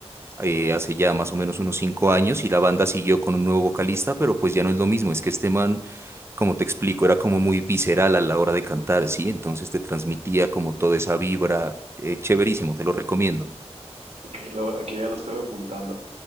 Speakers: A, on the right; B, on the right.
A: eh, hace ya más o menos unos cinco años y la banda siguió con un nuevo vocalista, pero pues ya no es lo mismo. Es que este man como te explico, era como muy visceral a la hora de cantar, ¿sí? Entonces te transmitía como toda esa vibra, eh, chéverísimo, te lo recomiendo.
B: Ok, lo- aquí ya lo estoy apuntando.